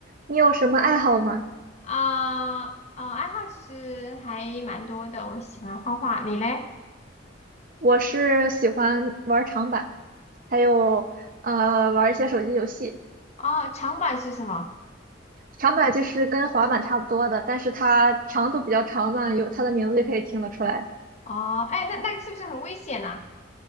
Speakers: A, on the right; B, on the left.
A: 你有什么爱好吗？
B: 啊哦，爱好其实还蛮多的，我喜欢画画，你嘞？
A: 我是喜欢玩长板，还有呃玩一些手机游戏。
B: 哦，长板是什么？
A: 长板就是跟滑板差不多的，但是它长度比较长嘛，有它的名字就可以听得出来。
B: 哦，哎，那那个是不是很危险呐、